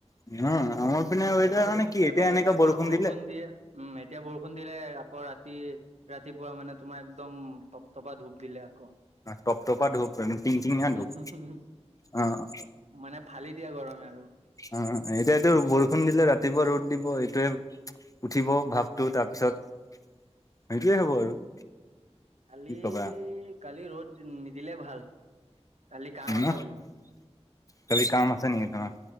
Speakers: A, on the left; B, on the right.
A: উম, আমাৰ পিনে ৱেডাৰ
B: এবাৰ
A: মানে কি এতিয়া
B: এবাৰ
A: এনেকা
B: এবাৰ বৰষুণ
A: দিলে
B: দিয়ে। উম, এতিয়া বৰষুণ দিয়ে। আকৌ ৰাতি-ৰাতিপুৱা মানে তোমাৰ একদম টপটপা ধূপ দিলে আকৌ।
A: টপটপা ধূপ, টিংটিঙীয়া
B: উম
A: ধুপ, অ'।
B: মানে, ফালি দিয়ে গৰমে আৰু।
A: অ', এতিয়াটো বৰষুণ দিলে ৰাতিপুৱা ৰ'দ দিব। এইটোয়ে উঠিব ভাপটো, তাৰপিছত সেইটোৱেই হ'ব আৰু।
B: কালি
A: কি কবা
B: কালি ৰ'দ নিদিলে ভাল, কালি কাম
A: ন?
B: আছে বহুত।
A: কালি কাম আছে নেকি তোমাৰ?